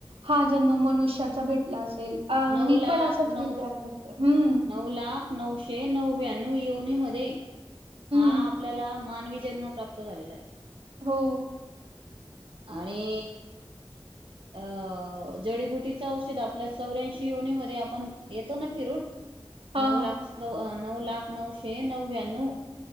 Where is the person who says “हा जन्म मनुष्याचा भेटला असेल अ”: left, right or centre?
Right